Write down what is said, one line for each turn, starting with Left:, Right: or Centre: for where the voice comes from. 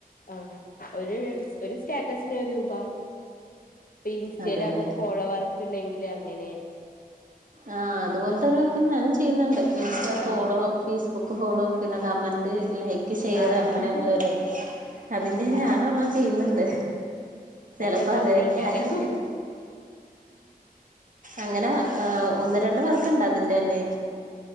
Left: ആഹ് ഒര് സ് ഒര് സ്റ്റാറ്റസിന് ഒരു രൂപ ഇപ്പ ഈ ഇൻസ്റ്റേല്
Right: അതെല്ലേ
Left: അമ്മക്ക് ഫോളോവർക്ക് ഇണ്ടെങ്കില് അങ്ങനെ
Right: ആഹ് അത് പോലത്തെ ഒരു വർക്ക് ഞാനും ചെയ്യ്ന്നുണ്ട് ഇൻസ്റ്റാ ഫോളോ
Left: ആഹ്
Right: ഫേസ്ബുക്ക് ഫോളോ പിന്നെ കമന്റ് ലൈ ക്ക് ഷെയറ്
Left: ആഹ്
Right: അങ്ങനേള്ളൊരു അതിന്റെ ഞാനും
Left: ആഹ്
Right: ഒരെണ്ണം ചെയ്യുന്ന്ണ്ട് ചെലപ്പം
Left: അത് ചെലപ്പോ
Right: അതന്ന്യായിരിക്ക്യും
Left: ഒന്നേക്കാരം
Right: അങ്ങനെ ആഹ് ഒന്ന് രണ്ട് വർക്ക്ണ്ട് അതിന്റെന്നെ